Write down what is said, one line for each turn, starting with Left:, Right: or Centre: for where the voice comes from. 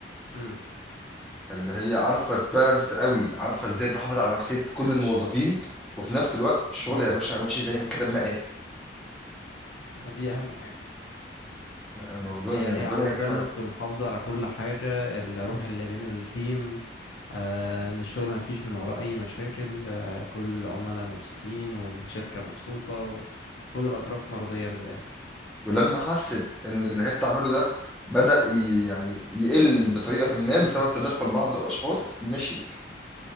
Left: امم
Centre: اللي هي عارفه تبالانس قوي عارفه ازاي تحافظ على نفسيه كل الموظفين وفي نفس الوقت الشغل يا باشا ماشي زي ما الكتاب ما قال
Left: ودي اهم حاجة
Centre: الموضوع
Left: هي
Centre: يعني ربنا
Left: هي عاملة
Centre: يكرمها
Left: بالانس ومحافظة على كل حاجة الروح اللي بين التيم آه ان الشغل ما فيش من وراه اي مشاكل آه كل العملاء مبسوطين والشركة مبسوطة وكل الاطراف مرضية من الاخر
Centre: ولما حست ان اللي هي بتعمله ده بدأ ي- يعني يقل بطريقة ما بسبب تدخل بعض الأشخاص مشيت